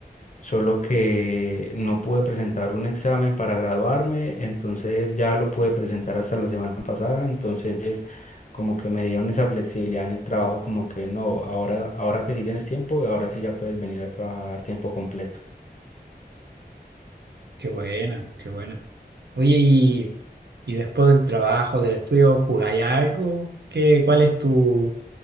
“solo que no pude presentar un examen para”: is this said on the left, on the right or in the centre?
Left